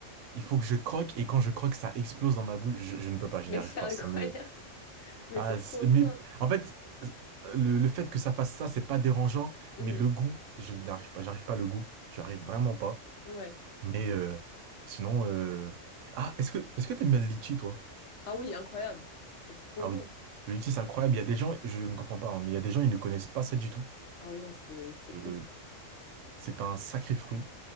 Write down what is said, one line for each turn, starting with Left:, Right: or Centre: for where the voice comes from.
Right: il faut que je croque et quand je croque, ça explose dans ma bouche. Je, je ne peux pas, je
Left: Mais
Right: n'y arrive
Left: c'est
Right: pas.
Left: <laughs> incroyable,
Right: Ça me,
Left: mais
Right: Ah,
Left: c'est trop
Right: c'est-
Left: bien.
Right: mais en fait, le, le fait que ça fasse ça, c'est pas dérangeant,
Left: Mhm.
Right: mais le goût, je n'arrive pas, j'arrive pas à le goût, j'arrive vraiment pas.
Left: Ouais.
Right: Mais euh, sinon, euh, ah, est-ce que est-ce que t'aimes bien le litchi, toi?
Left: Ah oui, incroyable. C'est trop
Right: Ah
Left: bon.
Right: oui, le litchi, c'est incroyable. Il y a des gens, je ne comprends pas, hein, mais il y a des gens, ils ne connaissent pas ça du tout.
Left: Ah non, c'est c'est
Right: Euh,
Left: ouf.
Right: c'est un sacré fruit,